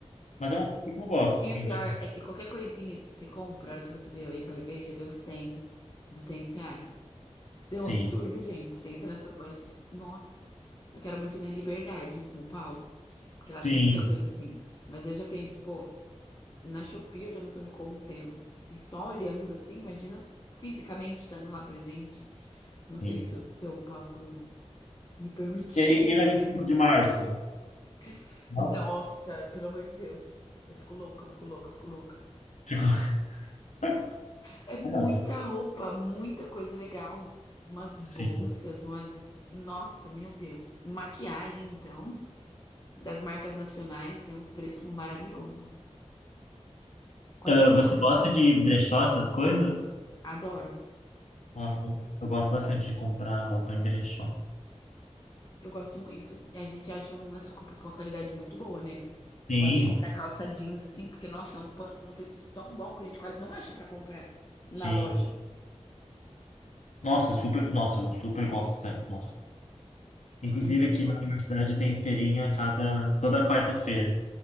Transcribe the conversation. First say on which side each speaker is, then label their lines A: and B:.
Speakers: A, on the left (about 80°); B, on the left (about 30°).
A: Mas é um coisa que eu gosto, assim,
B: E o pior
A: de,
B: é que qualquer coisinha que você compra, a hora que você vê aí vai ver, já deu 100, 200 reais. Isso deu
A: sim.
B: um absurdo, gente. Você entra nessas lojas. Nossa, eu quero muito ir na Liberdade, em São Paulo, porque
A: Sim,
B: lá tem muita coisa assim. Mas eu já penso, pô, na Shopee eu já não tô me contendo. E só olhando assim, imagina fisicamente estando lá presente.
A: sim.
B: Não sei se eu, se eu posso me permitir.
A: E, aí- e na vinte e cinco de março?
B: <laughs>
A: Não?
B: Nossa, pelo amor de Deus. Eu fico louca, eu fico louca, eu fico louca.
A: Ficou. <laughs>
B: É muita
A: Não, mas
B: roupa, muita coisa legal. Umas bolsas,
A: sim.
B: umas. Nossa, meu Deus. Maquiagem, então, das marcas nacionais tem uns preços maravilhosos. Quase
A: Ah,
B: preço
A: você
B: de
A: gosta
B: fábrica,
A: de
B: essas
A: brechó,
B: coisas.
A: essas coisas?
B: Adoro.
A: Nossa, eu gosto bastante de comprar roupa em brechó.
B: Eu gosto muito. E a gente acha umas roupas com uma qualidade muito boa, né?
A: Sim,
B: Eu gosto de comprar calça jeans, assim, porque, nossa, é um, pan- um tecido tão bom que a gente quase não acha pra comprar na
A: sim.
B: loja.
A: Nossa, super. Nossa, eu super gosto, sério. Nossa. Inclusive
B: É muito
A: aqui
B: bom.
A: na universidade tem feirinha a cada, toda quarta-feira.